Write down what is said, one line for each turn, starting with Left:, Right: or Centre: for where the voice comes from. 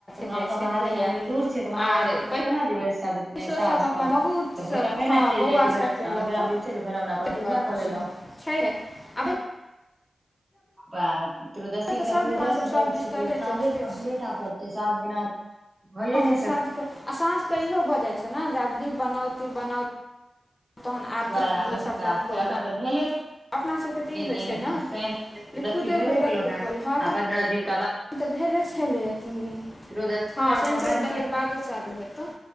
Left: जाइ
Right: हमसब
Left: छलिए
Right: महादेव मंदिर दूर छ तऽ महादेव
Left: आर
Right: मंदिर केना जेबै सब इतने
Left: पैसो
Right: साँझ
Left: सब अपन
Right: कम
Left: बहुत सब
Right: तऽ भैरवे ने
Left: हँ
Right: चैइल
Left: बौआ
Right: जाइ छैभैरामना
Left: सबके लऽ कऽ
Right: छै त भैरामना अपन
Left: ताहि दुआरे
Right: पूजा कऽ
Left: पर
Right: लेलहु
Left: छै छै आ
Right: आब त्रयोदसी तऽ
Left: सब
Right: ककरो
Left: दिन अहाँसब
Right: दस व्रत
Left: सब दिन
Right: छै
Left: करिते
Right: तऽ ओऽ साँझे
Left: देखै
Right: हेबे
Left: छी
Right: टा करते साँझ बिना होइये ने
Left: साँझ क आ साँझ क इहो भ जाय छै ने जे आब दीप बनाउ दीप बनाउ तहन आरती
Right: तै द्वारे
Left: दियौ
Right: आब एकटा
Left: सबटा करू
Right: फेर अखन तऽ भेले छै के
Left: अपना सबके तऽ ई होइ
Right: दिन
Left: छै ने
Right: शैनके त्रयोदशी
Left: जे खुदे
Right: भेबे
Left: बनाकऽ
Right: गेलो है
Left: करी हँ एखन
Right: आ पन्द्रह दिन
Left: तऽ भेले छलै एन भ
Right: त्रयोदशी
Left: हँ
Right: व्रत मे
Left: चू
Right: बड नियम
Left: बादे चालू हेतौ